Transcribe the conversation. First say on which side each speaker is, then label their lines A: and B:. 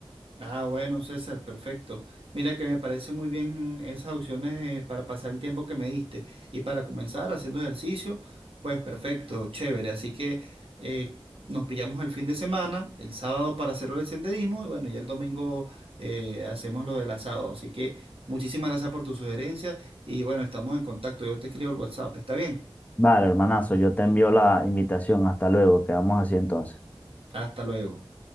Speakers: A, on the right; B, on the left.
A: Ah, bueno, César, perfecto. Mira que me parece muy bien esas opciones eh, para pasar el tiempo que me diste. Y para comenzar haciendo ejercicio, pues perfecto, chévere. Así que eh, nos pillamos el fin de semana, el sábado para hacerlo el senderismo y bueno, ya el domingo eh, hacemos lo del asado. Así que muchísimas gracias por tu sugerencia y bueno, estamos en contacto. Yo te escribo el WhatsApp, ¿está bien?
B: Vale, hermanazo, yo te envío la invitación. Hasta luego, quedamos así entonces.
A: Hasta luego.